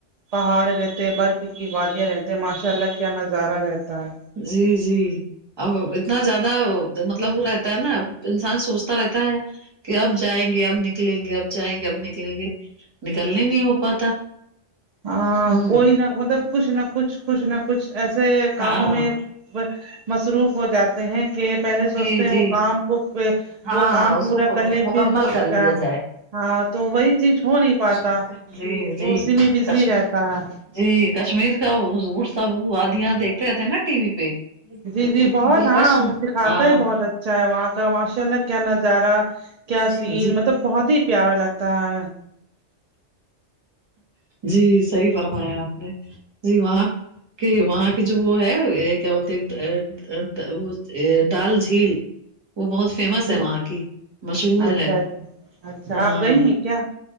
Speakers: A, on the right (about 80°); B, on the right (about 25°).
A: پہاڑ رہتے برف کی وادیاں رہتی ہیں ماشاء اللہ کیا نظارہ رہتا ہے
B: جی جی اب اتنا زیادہ مطلب وہ رہتا ہے نا انسان سوچتا رہتا ہے کہ اب جائیں گے اب نکلیں گے اب جائیں گے اب نکلیں گے نکلنے نہیں ہو پاتا
A: ہاں
B: ہوں
A: کوئی نہ مطلب کچھ نہ کچھ کچھ نہ کچھ ایسے
B: ہاں
A: کاموں میں مصروف ہو جاتے ہیں کہ پہلے
B: جی
A: سوچتے ہیں
B: جی
A: وہ کام
B: ہاں
A: وہ کام
B: اس
A: پورا
B: کو
A: کر لیں
B: مکمل
A: پھر
B: کر لیا
A: جا
B: جائے
A: ہاں تو وہی چیز ہو نہیں پاتا
B: ہیں. جی
A: تو
B: جی
A: اسی
B: کشمیر
A: میں بزی رہتا ہے
B: جی کشمیر کا وہ سب وادیاں دیکھتے رہتے ہے نا ٹی وی پہ
A: جی
B: اتنی
A: جی
B: اتنی
A: بہت
B: دلکش
A: ہاں دکھاتا
B: ہاں
A: ہے بہت اچھ چے وہاں کا ماشاء اللہ کیا نظارہ کیا
B: جی
A: سین مطلب بہت ہی پیارا لگتا ہے
B: جی صحیح فرمایا آپ نے جی وہاں کہ وہاں کی جو وہ ہے اے کیا بولتےاے وہ ڈل جھیل وہ بہت فیمس ہے
A: جی
B: وہاں کی مشہور
A: اچھا
B: ہے
A: اچھا اچھا
B: ہاں
A: آپ گئی ہیں کیا